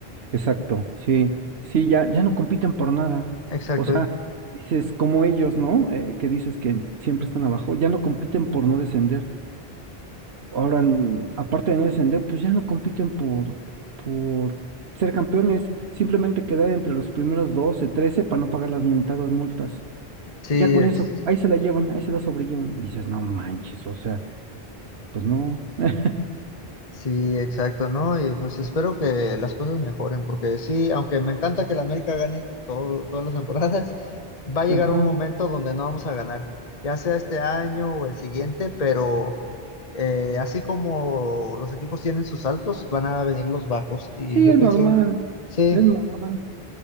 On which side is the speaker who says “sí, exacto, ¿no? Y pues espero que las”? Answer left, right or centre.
Left